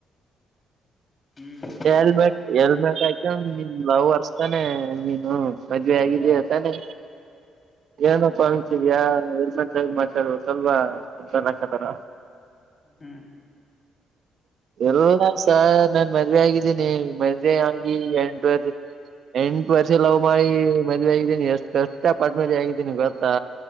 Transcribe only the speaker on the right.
ಹೆಲ್ಮೆಟ್ ಹೆಲ್ಮೆಟ್ ಆ ಲವ್ ಅರ್ಸ್ತಾನೆ ನೀನು ಮದ್ವೆ ಆಗಿದ್ದ ಅತಾನೆ ಏನಪ್ಪ ಅತಿದ್ಯಾ ಎ ಮಾತಾಡುವ ಸ್ವಲ್ಪ ಹಕತಾರ
ಎಲ್ಲ ಸ ನಾನ್ ಮದ್ವೆ ಆಗಿದ್ದೀನಿ ಮದುವೆ ಆಗಿ ಎಂಟುವ ಎಂಟ್ ವರ್ಷ ಲವ ಮಾಡಳಿ ಮಜ ಆ ನಿ ಎಷ್ಟ್ ಕಷ್ಟ ಪಟ್ರಿ ಆಗಿದ್ದೀನಿ ಗೊತ್ತಾ